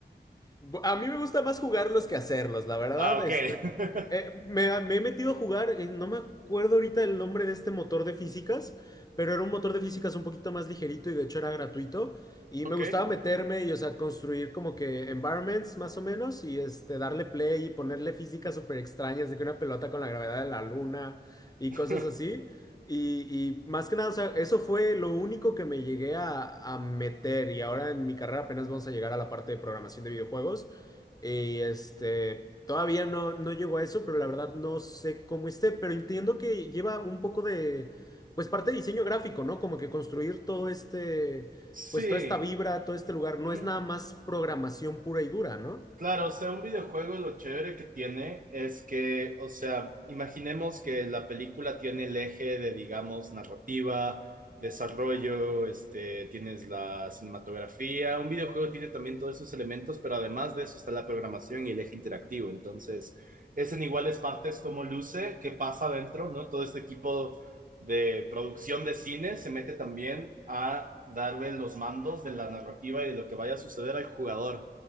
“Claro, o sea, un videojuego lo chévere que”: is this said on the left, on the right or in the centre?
Right